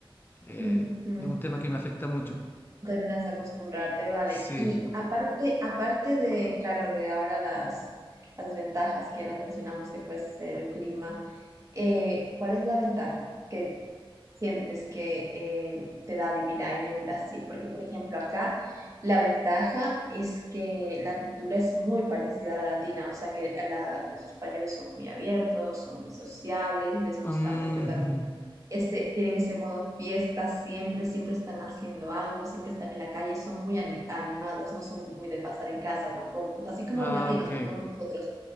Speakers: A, on the left; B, on the right.
A: Eh,
B: ujú.
A: es un tema que me afecta mucho.
B: terminas de acostumbrarte, vale.
A: Sí.
B: Y aparte, aparte de, claro, de ahora las, las ventajas que ya las mencionamos, que puede ser el clima, eh, ¿cuál es la ventaja que sientes que eh, te da vivir ahí en Brasil? Porque, por ejemplo, acá la ventaja es que la cultura es muy parecida a la latina, o sea que eh, la- los españoles son muy abiertos, son muy sociables, les gusta
A: Mm,
B: mucho también ese, tienen ese modo fiesta siempre, siempre están haciendo algo, siempre están en la calle, son muy ani- animados, no son muy de pasar en casa tampoco, así como
A: ah,
B: los latinos,
A: ok.
B: como somos nosotros.